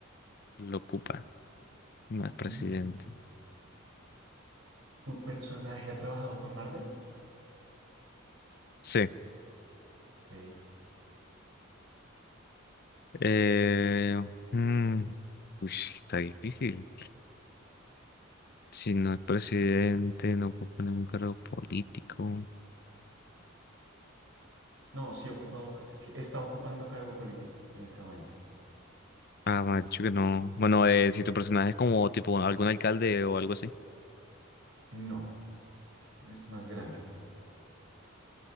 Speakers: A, on the left; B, on the right.
A: Lo ocupa, no
B: Ujú.
A: es presidente.
B: ¿Tu personaje ha trabajado con Marvel?
A: Sí.
B: Ok.
A: Eh, mm, uy, está difícil. Si no es presidente, no puedo poner un cargo político.
B: No, sí, ha ocupado, sí está ocupando cargo político en ese momento.
A: Ah, me ha dicho que no. Bueno, eh, si tu personaje es como tipo algún alcalde o algo así.
B: No, es más grande.